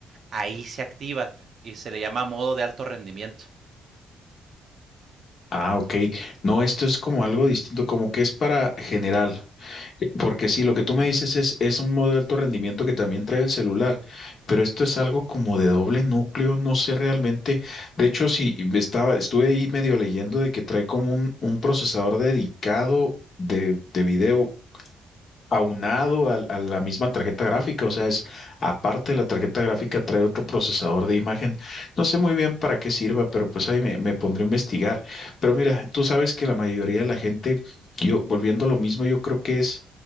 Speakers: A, on the right; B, on the left.
A: Ahí se activa y se le llama modo de alto rendimiento.
B: Ah, ok. No, esto es como algo distinto, como que es para general. Eh, Porque sí, lo que tú
A: Ujú.
B: me dices es, es un modo de alto rendimiento que también trae el celular, pero esto es algo como de doble núcleo, no sé realmente. De hecho, sí, estaba, estuve ahí medio leyendo de que trae como un, un procesador dedicado de, de video aunado al- a, la misma tarjeta gráfica, o sea, es aparte de la tarjeta gráfica trae otro procesador de imagen. No sé muy bien para qué sirva, pero pues ahí me, me pondré a investigar. Pero mira, tú sabes que la mayoría de la gente, yo volviendo a lo mismo, yo creo que es,